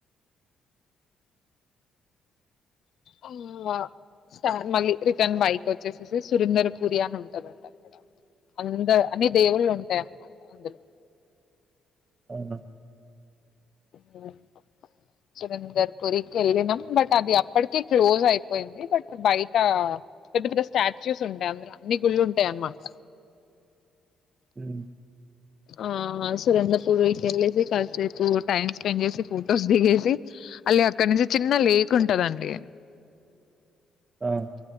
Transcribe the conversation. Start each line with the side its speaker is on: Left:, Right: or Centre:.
Left: అ స్టార్ మళ్ళీ రిటర్న్ బైక్ వచ్చేసేసి సురేంద్ర పూరి అని ఉంటందండి అక్కడ అందర్ అన్ని దేవుళ్ళు ఉంటాయి అన్నమాట అందులో
Right: అవునా
Left: హ్మ్ సురేందర్ పూరికి వెళ్ళినాం బట్ అది అప్పటికే క్లోజ్ అయిపోయింది బట్ బయట పెద్ద పెద్ద స్టాచ్యూస్ ఉంటాయి అందులో అన్ని గుళ్ళుంటాయి అన్నమాట
Right: హ్మ్
Left: ఆ సురంద్రపూర్కెళ్ళేసి కాసేపు టైమ్ స్పెండ్ చేసి ఫొటోస్ దిగేసి అళ్లి అక్కడ నుంచి చిన్న లేక్ ఉంటదండి
Right: ఆ